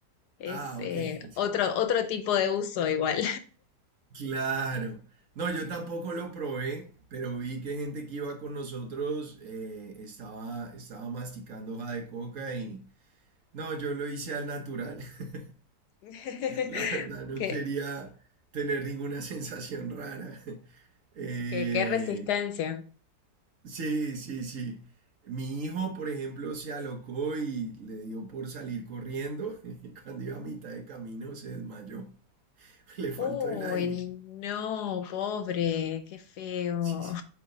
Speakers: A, on the left; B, on the right.
A: es
B: Ah,
A: eh,
B: ok. <laughs>
A: otro, otro tipo de uso igual.
B: Claro. No, yo tampoco lo probé, pero vi que gente que iba con nosotros eh, estaba, estaba masticando hoja de coca y... No, yo lo hice al natural. <laughs>
A: <laughs>
B: La verdad, no
A: Qué,
B: quería tener ninguna sensación rara. <laughs> Eh,
A: qué, qué resistencia.
B: sí, sí, sí. Mi hijo, por ejemplo, se alocó y le dio por salir corriendo <laughs> y cuando iba a mitad de camino se desmayó. <laughs> Le faltó
A: Uy,
B: el aire. <laughs>
A: no, pobre, qué feo.
B: Sí, sí,